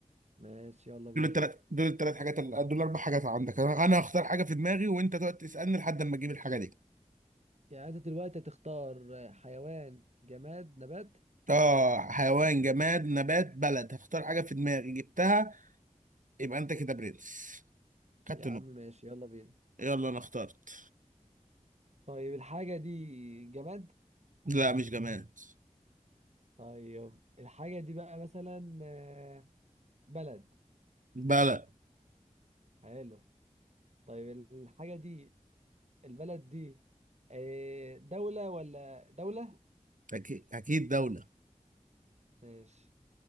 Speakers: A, on the right (about 60°); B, on the right (about 80°).
A: ماشي يلا بينا
B: دول الثلاث دول الثلاث حاجات ال- دول اربع حاجات عندك انا أنا هختار حاجه في دماغي وانت تقعد تسالني لحد ما اجيب الحاجه دي
A: يعني انت دلوقتي هتختار حيوان جماد نبات
B: اه حيوان جماد نبات بلد هختار حاجه في دماغي جبتها يبقى انت كده برنس خدت
A: يا عم
B: نقطه
A: ماشي يلا بينا
B: يلا انا اخترت
A: طيب الحاجة دي جماد
B: لا مش جماد
A: طيب الحاجة دي بقى مثلا آه، بلد
B: بلد
A: حلو طيب الحاجة دي البلد دي آه، دولة ولا دولة
B: اكيد اكيد دولة
A: ماشي